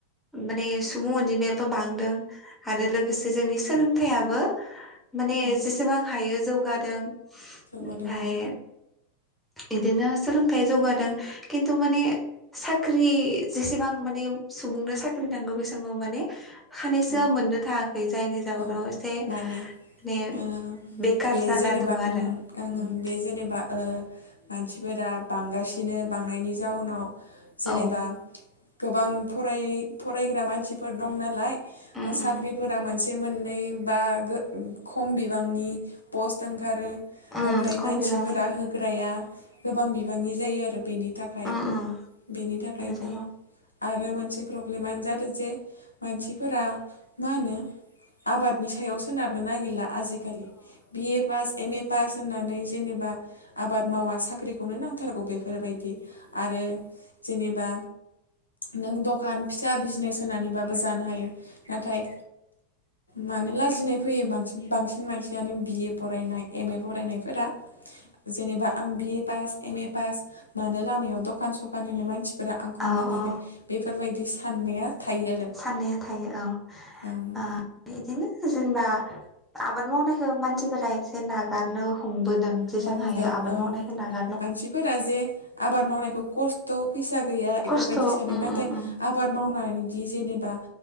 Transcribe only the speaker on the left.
औ
जौगादों
औ
औ
औ
माने
उम
बे
जेनेबा
ओं ओं
बे जेनेबा ओ मानसिफोरा बांगासिनो बांनायनि जाउनाव जेनेबा
गोबां फराय फरायग्रा मानसिफोर दं नालाय साख्रिफोरा
मोनसे मोननै बा खम बिबांनि पस्ट ओंखारो
ओमफाय
मानसिफोरा
होग्राया गोबां बिबांनि जायो आरो बेनि थाखाय
बेनि थाखायबो
आरो मोनसे प्र ब्लेमानो जादों जे मानसि फोरा मा होनो आबादनि सायाव सोनारनो नागिरला। आजिखालि B A pass M A pass होननानै जेनेबा आबाद मावा साख्रिखौनो नांथारगौ बेफोरबायदि आरो जेनेबा नों दखान फिसा बिजनेस होनानैबाबो जानो हायो। नाथाय मानो लाजिनाय फैयो बांसि बांसिन मानसियानो बिए फरायनाय एम ए फरायनायफोरा जेनेबा आं B A pass M A pass मानो लामायाव दखान सखान होनो मानसि फोरा आंखौ
मिनिगोन
बेफोरबायदि साननाया थायो आरो
ओं
हमदों
ओं
मानसिफोरा जे आबाद मावनायखौ खस्थ' फैसा गैया
इफोरबायदिसो
नाथाय
आबा बाद मावनानै दि जेनोबा